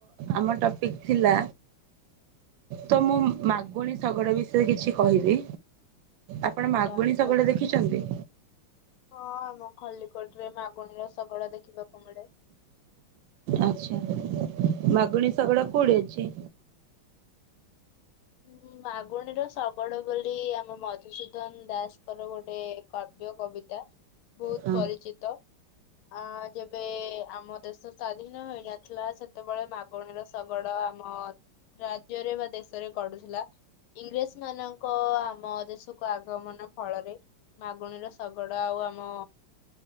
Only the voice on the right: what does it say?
ଆମ ଟପିକ୍ ଥିଲା ତ ମୁଁ ମାଗୁଣି ଶଗଡ ବିଷୟ କିଛି କହିବି। ଆପଣ
ମାଗୁଣିଶଗଡ
ଦେଖିଚନ୍ତି?
ଆଚ୍ଛା ମାଗୁଣି ଶଗଡ କୋଉଟି ଅଛି?
ହଁ।